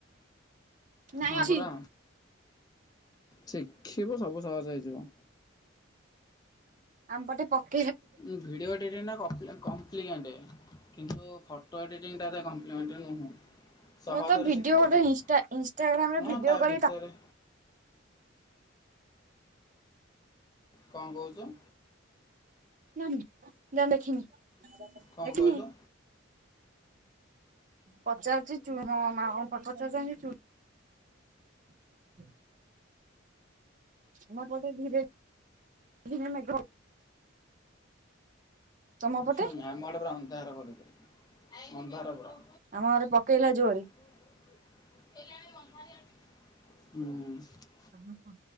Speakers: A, on the right; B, on the left.
A: ନାଇଁ
B: ହଁ
A: ଅଛି
B: ପରା ଶିଖିବୁ ସବୁ ସହଜ ହେଇଯିବ।
A: ଆମ ପଟେ ପଖ୍
B: ହୁଁ ଭିଡିଓ ଏଡିଟିଂ ନା କରୁଥିଲ ନା କଣ? କମ୍ପ୍ଲିମେଣ୍ଟ କିନ୍ତୁ ଫଟୋ ଏଡ଼ିଟିଂ ଟାରେ ଏତେ କମ୍ପ୍ଲିମେଣ୍ଟ ନୁହଁ। ସହଜରେ
A: ମୁଁ ତ ଭିଡିଓ
B: ଶିଖିପାରିବୁ
A: ଗୋଟେ ଇନଷ୍ଟା ଇନଷ୍ଟାଗ୍ରାମ ରେ
B: ହଁ
A: ଭିଡିଓ
B: ତା
A: କରି
B: ଭିତରେ କଅଁ କହୁଚୁ?
A: ନା ମ ନା ଯା ଦେଖିବୁ ଦେଖିନି।
B: କ'ଣ କହିଲୁ
A: ପଚାରୁଚି ଚୁଲ ମା ମା ପଚାରୁ <unintelligible> ହୁଁ। <unintelligible> ଆମ ପଟେ ଧୀରେ ଧୀରେ ମେଘ ତମ ପଟେ
B: ହୁଁ ଆମ ଆଡେ ଅନ୍ଧାର କରିକି ଅନ୍ଧାର ପୁରା।
A: ଆମ ଅରେ ପକେଇଲା ଜୋରେ।
B: ଏରିଆଡ଼େ ଅନ୍ଧାରିଆ। ହୁଁ ହୁଁ।
A: ଅ ହଁ।